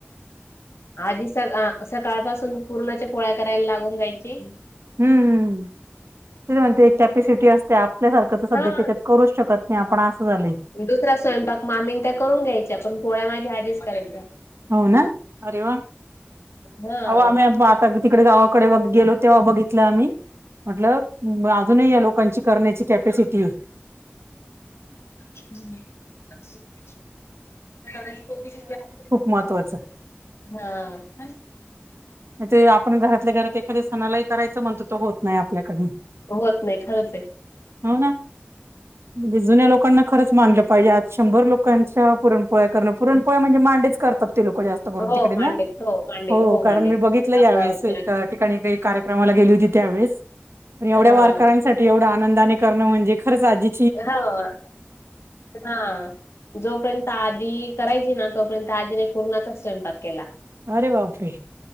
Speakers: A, on the left; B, on the right.
A: आजी स सकाळपासून पुर्णाच्या पोळ्या करायला लागून जायची,
B: हम्म् हम त म्हणते कॅपेसिटी असते आपल्यासारखंच सध्या
A: हा
B: याच्यात करू शकत शकत नाही आपण असं झालय.
A: दुसरा स्वयंपाक मामीने त्या करून घ्यायच्या पण पोळ्या माझ्या आजीच करायच्या.
B: हो ना, अरे वा,
A: हा
B: अओ आम बा, तिकडे गावाकडे गेलो तेव्हा बघितलो आम्ही. म्हटल अजूनही या लोकांची करण्याची कॅपॅसिटी हे.
A: <unintelligible>
B: महत्वाचं.
A: हा..
B: ते आपण घरातल्या घरात एखाद्या सणालाही करायचं म्हणल तो होत नाही आपल्याकडनं.
A: होत नाही खरंच आहे.
B: हो ना म्हणजे जुन्या लोकांना खरंच, मानल पाहिजे आज शंभर लोकांच्या पुरणपोळ्या करण पुरणपोळ
A: हं.
B: म्हणजे मांडेच करतात ते लोकं जास्त.
A: हो,
B: तिकडे ना
A: मांडेत. हो, मांडे
B: हो कारण
A: मांडे.
B: मी बघितलं
A: घाबरा
B: यावेेळेस ऐका
A: हं.
B: ठिकाणी का कार्यक्रमाला गेली होती त्यावेळेस पण एवढ्या
A: हां.
B: वारकऱ्यांसाठी एवढं आनंदाने करणं म्हजे खरंच अजी
A: हा. हा... जोपर्यंत आजी करायची ना तोपर्यंत आजीने पुरणाचं स्वयंपाक केला.
B: अरे बापरे..